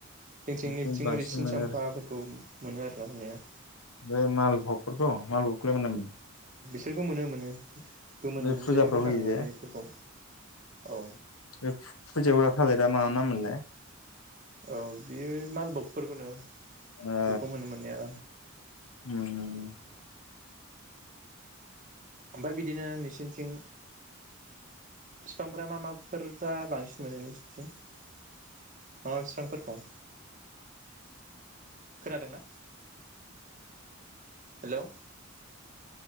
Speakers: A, on the right; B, on the left.
A: जोंथिं नैबिथिं
B: उम बांसिन
A: ओरै सिन
B: मोनो
A: साम्फाफोरखौ
B: आरो
A: मोनो आरो खालामनाया
B: बे माल भखफोरखौ माल खौ लाय मोना नामा?
A: बेफोरखौ मोनो मोनो गोमोनै
B: बे
A: मोनजायो
B: फुजाफ्राव
A: गोथाङै
B: होयोजे
A: मोनजायो बिसोरखौ औ
B: बे फुजायाव होग्रा थालेर रा मा नाममोनलाय?
A: औ बेयो मालबगफोरखौनो बेखौ
B: ओ
A: मोनो मोननाया
B: उम उम
A: ओमफ्राय बिदिनो नोंसिनिथिं फिफांफोरा मा माफोरा बांसिन मोनो नोंसोरनिथिं मा मा फिफांफोर दं खोनादोंना हेलौ?